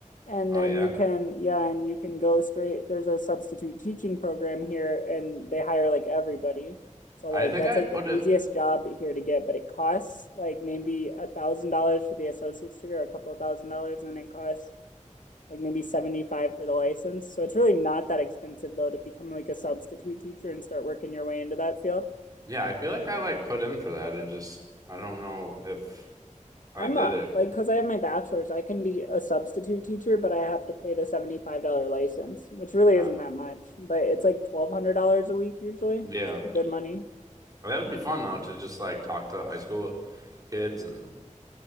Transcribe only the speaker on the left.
And
then
you can, yeah, and you can go straight. There's a substitute teaching program here, and they hire like everybody. So
like
that's
like
the
easiest job here to get, but it costs like maybe a thousand dollars for the associate's degree or a couple of thousand dollars, and it costs like maybe seventy five for the license. So it's really not that expensive though to become like a substitute teacher and start working your way into that field.
I'm
a
like because I have my bachelor's, I can be a substitute teacher, but I have to pay the $75 license, which really
isn't that much, but it's like $1,200 a week usually.
It's pretty good money.